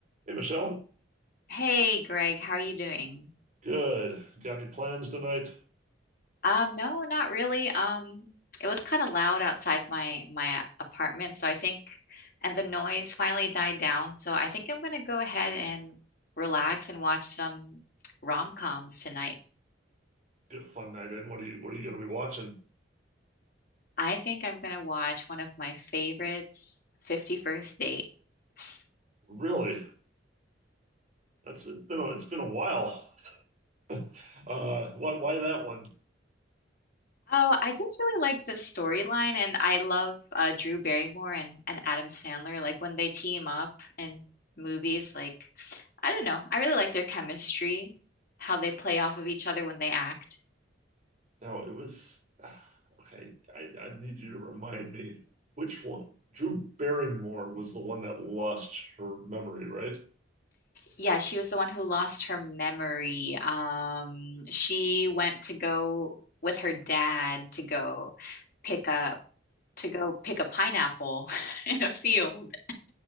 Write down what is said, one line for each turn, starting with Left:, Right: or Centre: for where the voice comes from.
Right: Hey Michelle,
Left: Hey Greg, how are you doing?
Right: good. Got any plans tonight?
Left: Um, no, not really. Um, it was kind of loud outside my my apartment, so I think, and the noise finally died down, so I think I'm gonna go ahead and relax and watch some rom-coms tonight.
Right: Good fun night in. What are you What are you going to be watching?
Left: I think I'm gonna watch one of my favorites, 50 First First Dates.
Right: Really? That's it's been a, it's been a while. <laughs> Uh, why why that one?
Left: Oh, I just really like the storyline, and I love uh, Drew Barrymore and, and Adam Sandler. Like when they team up in movies, like I don't know, I really like their chemistry, how they play off of each other when they act.
Right: No, it was <sighs> okay. I I need you to remind me which one. Drew Barrymore was the one that lost her memory, right?
Left: Yeah, she was the one who lost her memory. Um, she went to go with her dad to go pick up to go pick a pineapple <laughs> in a field,